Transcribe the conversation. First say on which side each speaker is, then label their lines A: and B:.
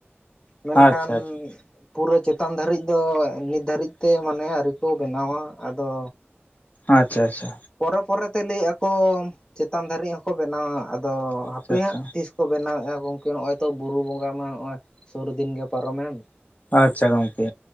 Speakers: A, on the left; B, on the left.
A: ᱢᱮᱱᱠᱷᱟᱱ
B: ᱟᱪᱪᱷᱟ ᱟᱪᱪᱷᱟ
A: ᱯᱩᱨᱟᱹ ᱪᱮᱛᱟᱱ ᱫᱷᱟᱹᱨᱤᱡ ᱫᱚ ᱱᱤᱛ ᱫᱷᱟᱹᱨᱤᱡ ᱛᱮ ᱢᱟᱱᱮ ᱟᱹᱨᱤ ᱠᱚ ᱵᱮᱱᱟᱣᱟ ᱟᱫᱚ
B: ᱟᱪᱪᱷᱟ ᱟᱪᱪᱷᱟ᱾
A: ᱯᱚᱨᱮ ᱯᱚᱨᱮᱛᱮ ᱞᱟᱹᱭᱮᱫ ᱟᱠᱚ ᱪᱮᱛᱟᱱ ᱫᱷᱟᱹᱨᱤᱡ ᱦᱚᱸᱠᱚ ᱵᱮᱱᱟᱣᱟ ᱟᱫᱚ
B: ᱟᱪᱪᱷᱟ
A: ᱦᱟᱯᱮ ᱦᱟᱸᱜ
B: ᱟᱪᱪᱷᱟ
A: ᱛᱤᱥ ᱠᱚ ᱵᱮᱱᱟᱣᱮᱫ-ᱟ ᱜᱚᱝᱠᱮ ᱱᱚᱜ-ᱚᱭ ᱛᱚ ᱵᱩᱨᱩ ᱵᱚᱸᱜᱟ ᱢᱟ ᱱᱚᱜ-ᱚᱭ ᱥᱩᱨ ᱫᱤᱱ ᱜᱮ ᱯᱟᱨᱚᱢ ᱢᱮᱱ
B: ᱟᱪᱪᱷᱟ ᱜᱚᱝᱠᱮ᱾